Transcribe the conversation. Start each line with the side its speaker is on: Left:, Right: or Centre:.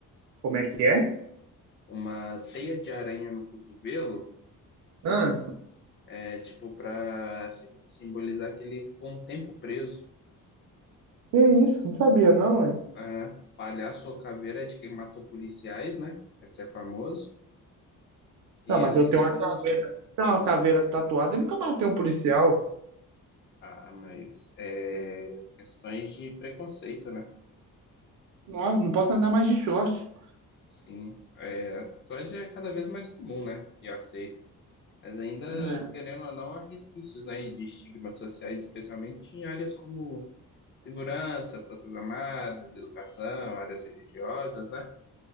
Right: como é que é?
Left: Uma teia de aranha no cotovelo
Right: Ah,
Left: é tipo para simbolizar que ele ficou um tempo preso.
Right: que isso? Não sabia não, ué.
Left: Ah, palhaço ou caveira é de quem matou policiais, né? Esse é famoso. E
Right: Não, mas
Left: esses
Right: eu tenho
Left: símbolos,
Right: uma caveira, tenho uma caveira tatuada e nunca matei um policial.
Left: ah, mas é questões de preconceito, né?
Right: Não, não posso andar mais de short.
Left: Sim, é, a tatuagem é cada vez mais comum, né? E aceita. Mas ainda,
Right: Né?
Left: querendo ou não, há resquícios, né, de estigmas sociais, especialmente em áreas como segurança, forças armadas, educação, áreas religiosas, né?